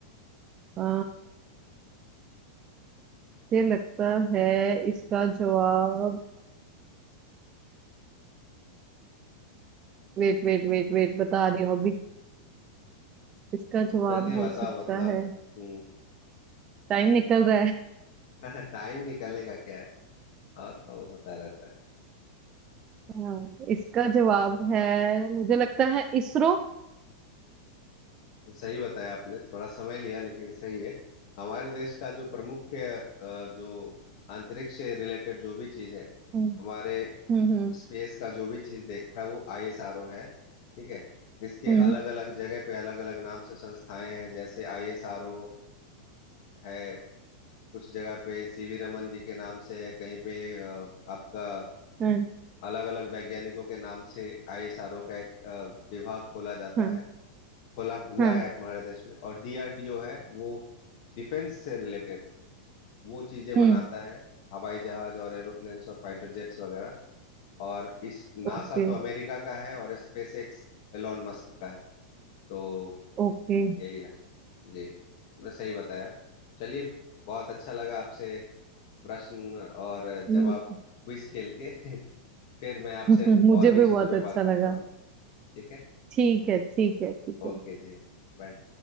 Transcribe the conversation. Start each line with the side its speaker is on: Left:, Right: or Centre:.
Right: अ, मुझे लगता है इसका जवाब वेट वेट वेट वेट बता रही हूँ अभी इसका जवाब
Left: जल्दी
Right: हो
Left: बताओ
Right: सकता
Left: मतलब
Right: है
Left: हम्म
Right: टाइम निकल रहा है
Left: <laughs> टाइम निकलने का क्या है और वो होता रहता है
Right: हाँ, इसका जवाब है मुझे लगता है इसरो
Left: सही बताया आपने थोड़ा समय लिया लेकिन सही है हमारे देश का जो प्रमुख अ, जो अंतरिक्ष से रिलेटेड जो भी चीज है
Right: हम्म
Left: हमारे
Right: हम्म
Left: स्पेस का जो भी चीज देखता है वो आईएसआरओ है ठीक है इसके
Right: हम्म
Left: अलग अलग जगह पे अलग अलग नाम से संस्थाएं हैं जैसे आईएसआरओ है कुछ जगह पे सीवी रमन जी के नाम से है कहीं पे अ, आपका
Right: हम्म
Left: अलग अलग वैज्ञानिकों के नाम से आईएसआरओ का एक अ, विभाग खोला जाता
Right: हाँ हाँ
Left: है खोला हुआ
Right: हाँ
Left: है हमारे देश में और डीआरडीओ है वो डिफेंस से रिलेटेड वो चीजें बनाता
Right: हम्म
Left: है हवाई जहाज और एरोप्लेन्स और फाइटर जेट्स वगैरह और इस नासा
Right: Okay
Left: तो अमेरिका का है और स्पेस एक्स एलॉन मस्क का है तो
Right: okay
Left: यही है जी तुमने सही बताया चलिए बहुत अच्छा लगा आपसे प्रश्न और
Right: हम्म,
Left: जवाब क्विज खेल के <laughs> फिर मैं आपसे
Right: <laughs> मुझे
Left: और भी
Right: भी
Left: चीजों
Right: बहुत
Left: पे
Right: अच्छा
Left: बात
Right: लगा
Left: करता हूँ ठीक है
Right: ठीक है ठीक है ठीक
Left: ओके
Right: है
Left: जी ओके बाय